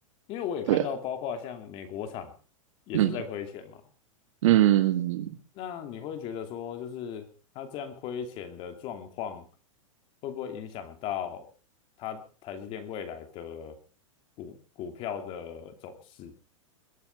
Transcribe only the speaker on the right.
对啊，
嗯嗯